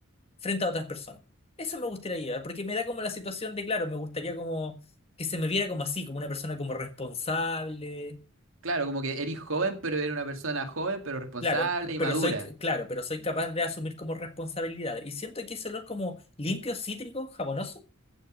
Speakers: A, on the left; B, on the right.
A: frente a otras personas. Eso me gustaría llevar, porque me da como la situación de, claro, me gustaría como que se me viera como así, como una persona como responsable.
B: Claro, como que eres joven, pero eres una persona joven, pero responsable
A: Claro,
B: y
A: pero
B: madura.
A: soy, claro, pero soy capaz de asumir como responsabilidad. Y siento que ese olor como limpio, cítrico, jabonoso,